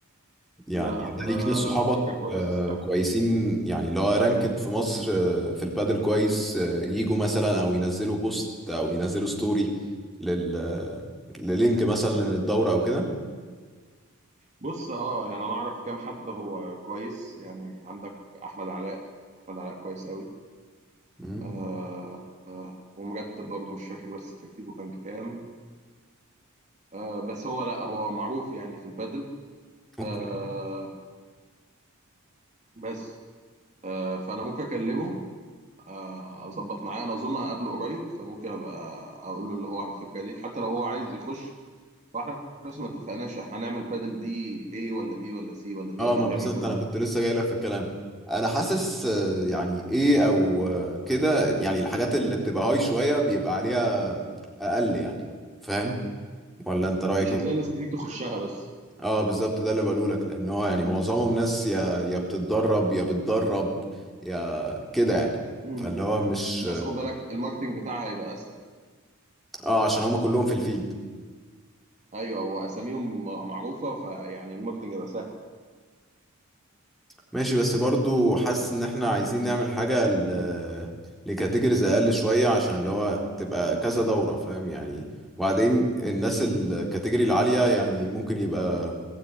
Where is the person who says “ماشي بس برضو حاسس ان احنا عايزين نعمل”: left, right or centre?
Centre